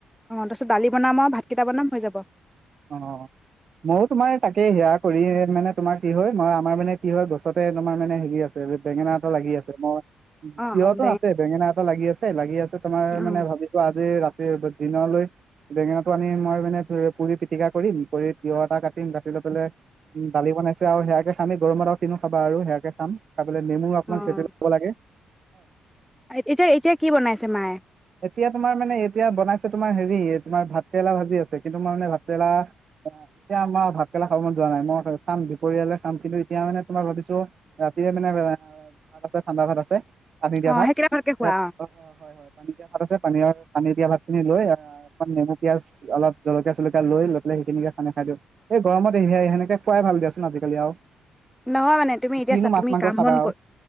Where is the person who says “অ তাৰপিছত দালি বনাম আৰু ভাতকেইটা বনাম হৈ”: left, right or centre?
Centre